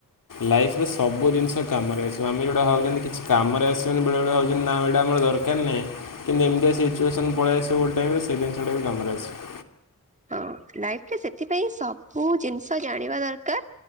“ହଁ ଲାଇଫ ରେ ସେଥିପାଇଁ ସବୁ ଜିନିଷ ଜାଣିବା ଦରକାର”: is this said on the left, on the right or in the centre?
Right